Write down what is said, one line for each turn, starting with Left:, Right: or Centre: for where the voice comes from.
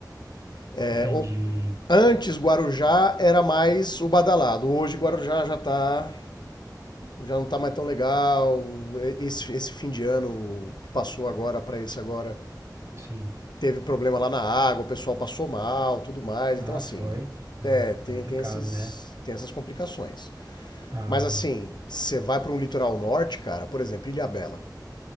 Left: É,
Right: Entendi.
Left: o- Antes Guarujá era mais o badalado. Hoje Guarujá já tá, já não tá mais tão legal. Esse, esse fim de ano que passou agora para esse agora
Right: Sim.
Left: teve problema lá na água, o pessoal passou mal, tudo mais. Então
Right: Ah,
Left: assim,
Right: foi. Ah,
Left: é, tem
Right: tá complicado,
Left: tem esses
Right: né?
Left: tem essas complicações.
Right: Ah,
Left: Mas assim, você vai para um litoral norte, cara, por exemplo, Ilhabela.